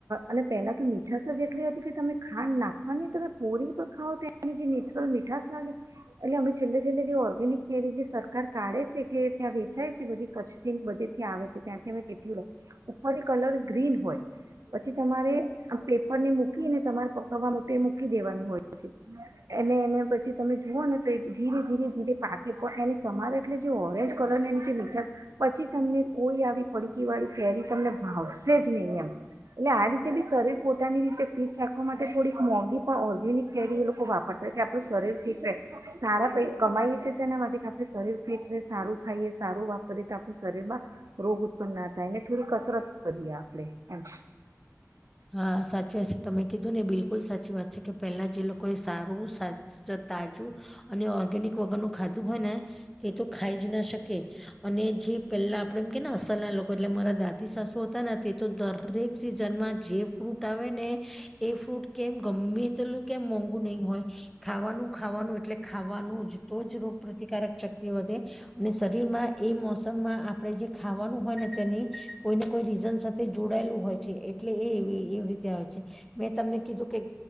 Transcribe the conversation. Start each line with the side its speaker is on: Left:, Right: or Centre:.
Right: અને પેલા તો મીઠાસ જ એટલી હતી કે તમે ખાંડ નાખવાની તમે પોરી ત ખાવ તે જે નેચરલ મીઠાસ લાગે એટલે અમે છેલ્લે છેલ્લે જે ઓ ર્ગેનિક જે સરકાર કાઢે છે કે ત્યાં વેચાય છે બધી કચ્છથી બધીથી આવે છે ત્યાંથી અમે પટી ઉપરથી કલર ગ્રીન હોય. પછી તમારે આ પેપરને મૂકીને તમારે પપ્પાવા માટે એ મૂકી દેવાની હોય છે. અને એને પછી તમે જુઓ ને તો ધીરે ધીરે ધીરે પાકે એ સમારે એટલે જે ઓરેન્જ કલર એની જે મીઠા પછી તમને કોઈ આવી પડકી વાર કેરી તમને ભાવશે જ નહીં એમ. એટલે આ રીતે બી શરીર પોતાની રીતે ફિટ રાખવા માટે થોડીક મોંઘી પણ ઓર્ગેનિક કેરી એ લોકો વાપરતા એ આપું શરીર ફીટ રે સારા પેઇ કમાયસે ના માટે આપણે શરીર ફીટ ર સારું ખાઈએ સારું વાપરીએ તો આપણું શરીરમાં રોગ ઉત્પન્ન ના થાય. ને થોડી કસરત કરીએ આપડે એમ.
Centre: હા સાચી વાત છે તમે કીધું ને બિલકુલ સાચી વાત છે કે પેલા જે લોકો એ સારું સા સ તાજું અને ઓર્ગેનિક વગર ન ખાધું હોય ને તે તો ખાઈ જ ના શક કે અને જે પેલા આપડે એમ કે ને અસલના લોકો એટલે મારા દાદી સાસુ હતા ને તે તો દરેક સિઝનમાં જે ફ્રૂટ આવે ને એ ફ્રૂટ કેમ ગમે તેલું કેમ મોંઘુ નહીં હોય ખાવાનું ખાવાનું એટલે ખાવાનું જ તો જ રોગ પ્ર્રતિકારક શક્તિ વધે અને શરીર મા એ મોસમમાં આપે જે ખાવાનું હોય ને તેની કોઈને કોઈ રીઝન સાથે જોડાયેલું હોય. છે એટલે એ એવી રીતે આવે છે મેં તમને કીધું કે